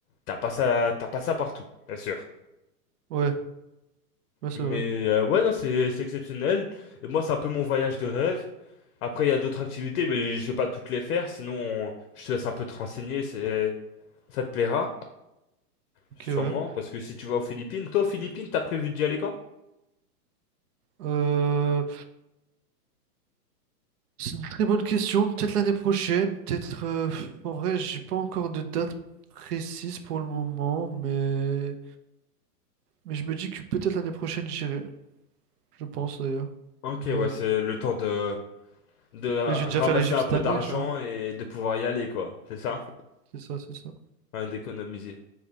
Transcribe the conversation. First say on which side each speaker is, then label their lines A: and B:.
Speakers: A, on the left (about 60°); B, on the right (about 75°).
A: t'as pas ça, t'as pas ça partout, bien sûr.
B: Ouais, ouais, c'est
A: Mais
B: vrai.
A: euh, ouais, non, c'est c'est exceptionnel. Et moi, c'est un peu mon voyage de rêve. Après, il y a d'autres activités, mais je vais pas toutes les faire, sinon on- je te laisse un peu te renseigner, c'est... ça te plaira,
B: Ok,
A: sûrement,
B: ouais.
A: parce que si tu vas aux Philippines, toi aux Philippines, t'as prévu d'y aller quand?
B: Euh, c'est une très bonne question, peut-être l'année prochaine, peut-être. euh, pff, En vrai, j'ai pas encore de date précise pour le moment, mais, mais je me dis que peut-être l'année prochaine, j'irai. Je pense, d'ailleurs.
A: Ok,
B: Mais,
A: ouais, c'est le temps de... de ramasser
B: là, j'ai déjà fait l'Égypte
A: un
B: cette
A: peu
B: année,
A: d'argent
B: tu vois.
A: et de pouvoir y aller, quoi, c'est ça?
B: C'est ça, c'est ça.
A: Hein, d'économiser.